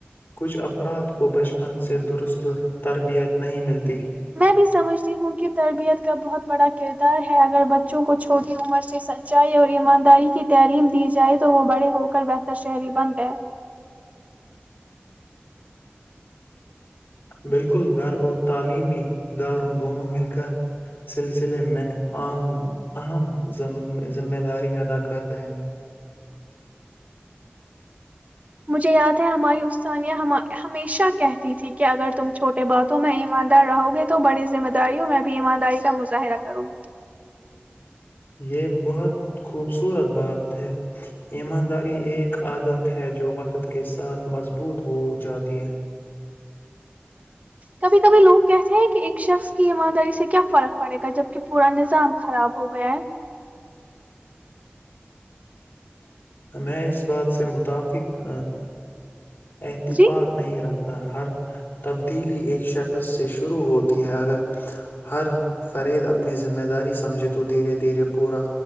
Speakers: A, on the left; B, on the right.
A: کچھ افراد کو بچپن سے درست تربیت نہیں ملتی
B: میں بھی سمجھتی ہوں کہ تربیت کا بہت بڑا کردار ہے اگر بچوں کو چھوٹی عمر سے سچائی اور ایمانداری کی تعلیم دی جائے تو وہ بڑے ہوک بہتر شہری بن گئے
A: بالکل گھر اور تعلیمی اداروں دونوں مل کے سلسلے میں عام اہم ذمہ داری ادا کرتے ہیں
B: مجھے یاد ہے ہماری اسانیہ ہمیشہ کہتی تھی کہ اگر تم چھوٹے باتوں میں ایماندار رہو گے تو بڑی ذمہ داریوں میں بھی ایمانداری کا مظاہرہ کرو گے
A: یہ بہت خوبصورت بات ہے ایمانداری ایک عادت ہے جو وقت کے ساتھ مضبوط ہو جاتی ہے
B: کبھی کبھی لوگ کہتے ہیں کہ ایک شخص کی ایمانداری سے کیا فرق پڑے گا جبک پورا نظام خراب ہو گیا ہے
A: میں اس بات سے متفق احتفاق
B: جی
A: نہیںیرت ہر تبدیلی ایک شخص سے شروع ہوتی ہے اگر ہر فرید اپنی ذمہ داری سمجھے تو دھیرے دھیرے پورا